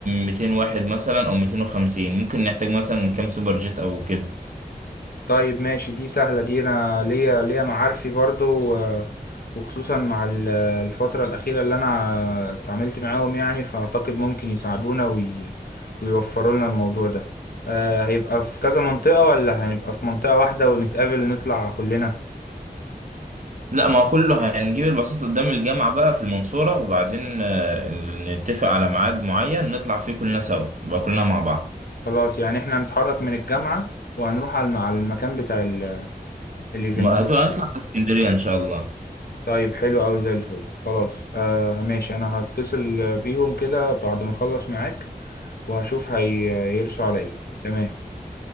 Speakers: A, on the right; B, on the left.
A: 200 واحد مثلا او 250 ممكن نحتاج مثلا كام سوبر جيت او كده
B: طيب ماشي دي سهلة دي أنا ليا ليا معارفي برضو آه، وخصوصا مع ال- الفترة الأخيرة اللي أنا اتعاملت معاهم يعني فأعتقد ممكن يساعدونا وي... ويوفروا لنا الموضوع ده آه، هيبقى في كذا منطقة ولا هنبقى في منطقة واحدة ونتقابل نطلع كلنا
A: لا ما هو كله هنجيب البساطة قدام الجامعة بقى في المنصورة وبعدين آه، نتفق على ميعاد معين نطلع فيه كلنا سوا نبقى كلنا مع بعض
B: خلاص يعني احنا هنتحرك من الجامعة وهنروح على الم- على المكان بتاع ال- الايفنت
A: ما
B: صح
A: هتبقى
B: كده؟
A: هنطلع على اسكندرية إن شاء الله
B: طيب حلو أوي زي الفل خلاص آه ماشي أنا هتصل بيهم كده بعد ما أخلص معاك وهشوف هي- هيرسوا على ايه تمام